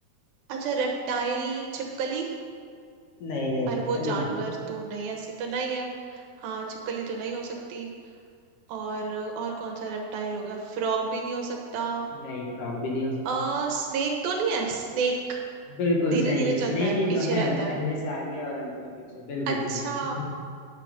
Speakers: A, on the right; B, on the left.
A: अच्छा रेप्टाइल छिपकली
B: नहीं नहीं
A: पर
B: छिपकली
A: वो जानवर
B: नहीं है
A: तो नहीं ऐसी तो नहीं है हाँ छिपकली तो नहीं हो सकती और और कौन सा रेप्टाइल हो गया फ्रॉग भी नहीं हो सकता
B: नहीं फ्रॉग भी नहीं हो सकता
A: आ, स्नेक तो नहीं है स्नेक
B: बिल्कुल
A: धीरे
B: सही
A: धीरे
B: स्नेक
A: चलता है
B: ही
A: पीछे
B: तो है
A: रहता
B: पहले
A: है
B: से आगे और अंत में पीछे बिल्कुल
A: अच्छा
B: सही <laughs>